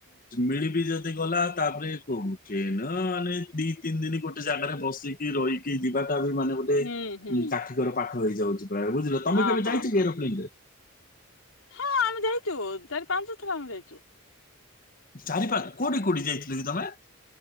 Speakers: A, on the left; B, on the left.
A: ମିଳିବି ଯଦି ଗଲା ତାପରେ କୋଉ ଟ୍ରେନ ମାନେ ଦି ତିନି ଦିନ ଗୋଟେ ଜାଗାରେ ବସି କି ରହିକି ଯିବାଟା ବି ମାନେ ଗୋଟେ
B: ହୁଁ ହୁଁ
A: କାଠିକର ପାଠ ହେଇଯାଉଛି ପ୍ରାୟ ବୁଝିଲ କି। ତମେ
B: ହଁ
A: କେବେ
B: ହଁ
A: ଯାଇଛ
B: ହଁ
A: କି ଏରୋପ୍ଲେନରେ?
B: ହଁ ଆମେ ଯାଇଛୁ ଚାରି ପାଞ୍ଚ ଥର ଆମେ ଯାଇଛୁ।
A: ଚାରି ପାଚ୍ କୋଉଠି କୋଉଠି ଯାଇଥିଲ କି ତମେ?